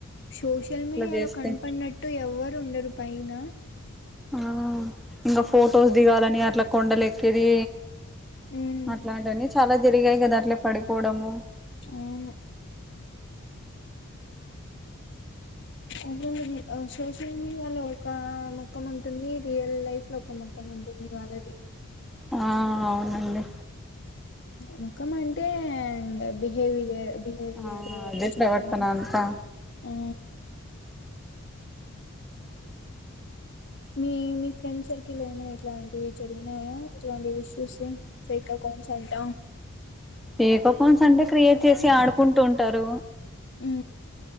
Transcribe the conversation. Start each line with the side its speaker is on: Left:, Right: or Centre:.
Left: సోషల్ మీడియాలో
Centre: చేస్తే
Left: కనపడినట్టు ఎవ్వరు ఉండరు పైన
Centre: ఆ ఇంకా ఫొటోస్ దిగాలని అట్లా కొండల ఎక్కేది,
Left: ఉమ్
Centre: అట్లాంటిని చాలా జరిగాయి కదా అట్లే పడిపో పోవడము
Left: అవును అసలు ఈ సోషల్ మీడియాలో ఒక మొఖం ఉంటుంది రియల్ లైఫ్ లో ఒక మొఖం ఉంటుంది వాళ్ళది
Centre: ఆ అవునండి
Left: ముఖం అంటే బిహేవియర్ బిహేవియర్
Centre: ఆ
Left: అట్లా
Centre: అదే
Left: చెప్తన్న
Centre: ప్రవర్తన అంతా
Left: ఆ మీ మీ ఫ్రెండ్స్ సర్కిల్ లొ ఏమైనా ఇట్లాంటివి జరిగినాయా ఇట్లాంటివి ఇష్ ఇష్యూ ఫెక్ అకౌంట్స్ అంట
Centre: ఫేక్ అకౌంట్స్ అంటే క్రియేట్ చేసి ఆడుకుంటు ఉంటారు
Left: హు